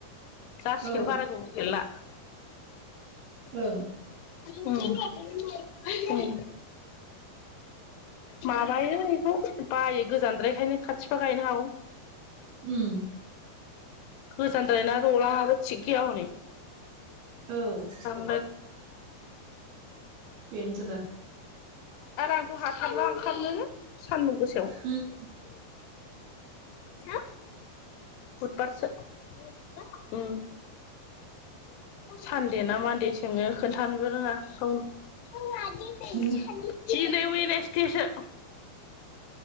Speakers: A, on the left (about 80°); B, on the right (about 75°).
A: जासिगोन
B: औ
A: बारा गोबाव गैला।
B: ओं
A: उम उम। माबायो बेखौ बायो गोजानद्रायखायनो खाथिबा गायनो हागौ।
B: उम।
A: गोजानद्राय ना दलाङाबो थिग गैया हनै।
B: औ।
A: <unintelligible> आरो
B: बेनोथ' दा
A: आंथ' हाथारला ओंखारनो सानदुं गोसायाव
B: उम
A: हो बुटबारसो बुटबार उम। सानदे ना मानदे सोङो खोन्थानोबो रोङा गावनो
B: नोंना
A: <unintelligible> दिनै वेदनेसदे सो।